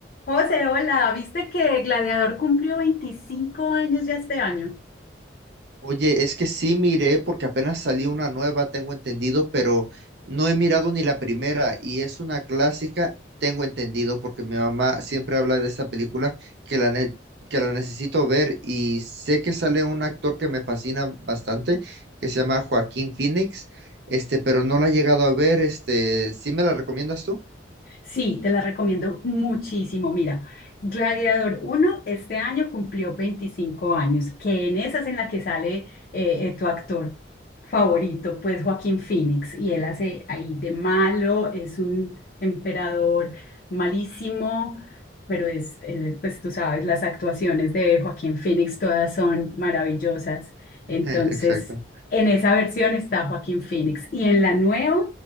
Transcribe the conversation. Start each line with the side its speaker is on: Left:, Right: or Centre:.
Left: José, hola, ¿viste que Gladiador cumplió 25 años ya este año?
Right: Oye, es que sí miré porque apenas salió una nueva, tengo entendido, pero no he mirado ni la primera y es una clásica, tengo entendido, porque mi mamá siempre habla de esta película que la, ne- que la necesito ver y sé que sale un actor que me fascina bastante, que se llama Joaquín Phoenix, este, pero no la he llegado a ver, este, ¿sí me la recomiendas tú?
Left: Sí, te la recomiendo muchísimo. Mira, Gladiador uno este año cumplió 25 años, que en esa es en la que sale eh, eh, tu actor favorito, pues Joaquín Phoenix, y él hace ahí de malo, es un emperador malísimo, pero es, él, pues tú sabes, las actuaciones de Joaquín Phoenix todas son maravillosas. Entonces,
Right: <laughs> Exacto.
Left: en esa versión está Joaquín Phoenix y en la nueva